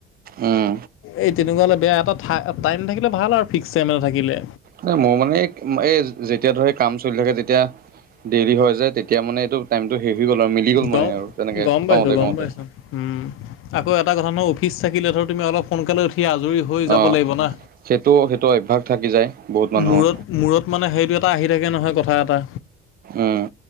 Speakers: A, on the right; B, on the left.
A: উম
B: এই তেনেকুৱা হ'লে বেয়া, এটা টাইম থাকিলে ভাল আৰু ফিক্স টাইম এটা থাকিলে।
A: নাই মই মানে এক-এই যেতিয়া ধৰি কাম চলি থাকে তেতিয়া দেৰি হৈ যায় তেতি এতিয়া মানে এইটো টাইমটো হেভি গ'ল আৰু মিলি গ'ল
B: গম
A: মানে আৰু তেনেকে
B: গম পাইছোঁ
A: কওঁতে-কওঁতে।
B: গম পাইছোঁ উম, আকৌ এটা কথা নহয় অফিচ থাকিলে ধৰ তুমি অলপ সোনকালে উঠ উঠি আজৰি হৈ যাব
A: অ
B: লাগিব না।
A: সেইটো সেইটো অভ্যাস থাকি যায় বহুত মানুহৰ
B: মূৰত মূৰত মানে সেইটো এটা আহি থাকে নহয় কথা এটা।
A: উম,